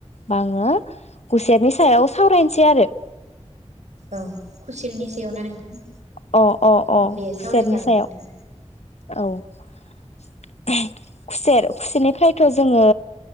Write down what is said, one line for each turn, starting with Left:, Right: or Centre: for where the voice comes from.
Left: बाङो खुसेरनि सायाव सावरायनोसै आरो ।
Right: औ खुसेरनि सायाव ना नोंथां
Left: अ अ अ
Right: दे
Left: खुसेरनि
Right: सावरायजागोन
Left: सायाव
Right: नोंथां
Left: औ खुसेर खुसेरनिफ्रायथ' जोङो